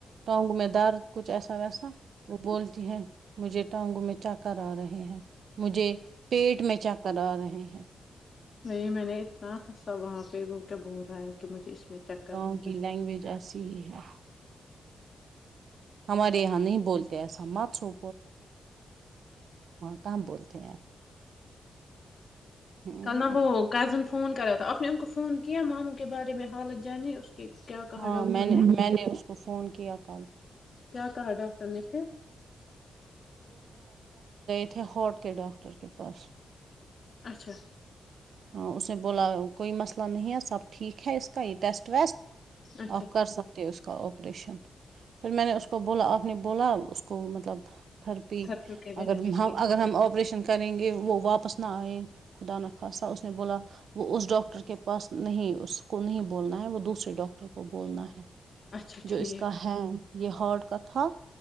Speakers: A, on the right; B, on the left.
A: ٹونگ میں درد کچھ ایسا ویسا وہ بول ہے مجھے ٹانگوں میں چکر آ رہے ہیں مجھے پیٹ میں چکر آ رہے ہیں
B: نہیں میں نے اتنا حسا وہاں پہ وہ کیا ب ہو رہا ہے کہ مجھے اس میں چکر
A: گاؤں
B: آ
A: کی
B: رہا
A: لینگویج ایسی ہی ہے ہمارے یہاں نہیں بولتے ایسا سمات سو کہاں بولتے ہیں
B: کل ن وہ کزن فون کرا تھا آپ نے ان کو فون کیا کیا ماموں کے بارے میں حالت جانیے اس کی کیا کہا
A: ہاں
B: ڈاکٹر
A: میں نے میں نے اس کو فون کیا کل
B: کیا کہا ڈاکٹر نش
A: اے ہاٹ کے ڈاکٹر کے پاس
B: اچھا
A: ہ اس نے بولا کوئی مسئلہ نہیں ہے سب ٹھیک ہے اس کا یہ ٹیسٹ ویسٹ
B: اچھا
A: آف کر سکتے اس کو کا آپریشن پھر میں نے اس کو بولا آپ نے بولا اس کو مطلب تھرپی
B: تھرپیو کی وجہ
A: اگر
B: سے
A: ہم
B: ٹھیک
A: اگر
B: ہو گئی
A: ہم آپریشن کریں گے وہ واپس نہ آئیں خدا نخاصا وہ اس ڈاکٹر کے پاس نہیں اس کو نہیں بولنا ہے وہ دوسرے ڈاکٹر کو بولنا ہے
B: اچھا ٹھیک
A: جو اس کا ہے یہ ہاٹ کتا